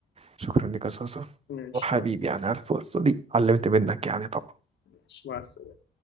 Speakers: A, on the right; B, on the left.
A: شكرا لك يا صاصة
B: ماشي
A: وحبيبي
B: مع
A: يعني عارف القصة دي علمت منك يعني طبعا
B: ماشي مع السلامة